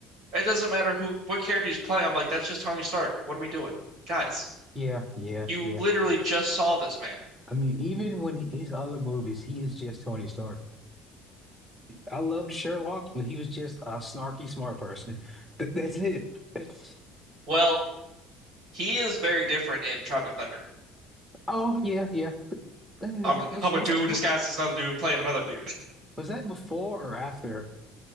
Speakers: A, on the right; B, in the centre.
A: it doesn't matter who what character he's playing. I'm like, that's just Tony Stark. What are we doing, guys?
B: Yeah, yeah,
A: You
B: yeah.
A: literally just saw this man.
B: I mean, even when he- his other movies, he is just Tony Stark. I loved Sherlock, but he was just a snarky smart person. <laughs> Th- that's it. <laughs> That's-
A: Well, he is very different in Tropic Thunder.
B: Oh yeah, yeah. But uh,
A: I'm
B: was
A: I'm
B: was
A: a dude
B: that
A: disguised
B: be-
A: as another dude playing another dude.
B: was that before or after